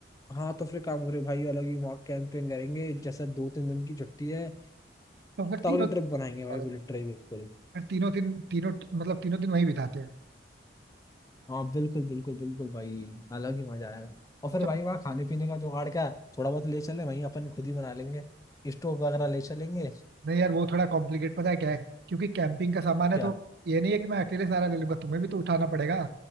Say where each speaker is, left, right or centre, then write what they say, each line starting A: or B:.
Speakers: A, on the left; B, on the right.
A: हाँ तो फिर काम करें भाई अलग ही वहाँ कैंपिंग करेंगे जैसे दो तीन दिन की छुट्टी है
B: तो फिर
A: तगड़ी
B: तीनों
A: ट्रिप बनाएंगे
B: फिर
A: भाई बिल्कुल ट्रिप बिल्कुल
B: तीनों दिन तीनों मतलब तीनों दिन वहीं बिताते हैं
A: हाँ बिल्कुल बिल्कुल बिल्कुल भाई अलग ही मजा आएगा और फिर
B: अच्छा
A: भाई वहाँ खाने पीने का जुगाड़ क्या है? थोड़ा बहुत ले चले वहीं अपन खुद ही बना लेंगे स्टोव वगैरह ले चलेंगे
B: नहीं यार वो थोड़ा कॉम्प्लिकेट पता है क्या है क्योंकि कैंपिंग का सामान है
A: क्या
B: तो ये नहीं है कि मैं अकेले सारा ले लूंगा तुम्हें भी तो उठाना पड़ेगा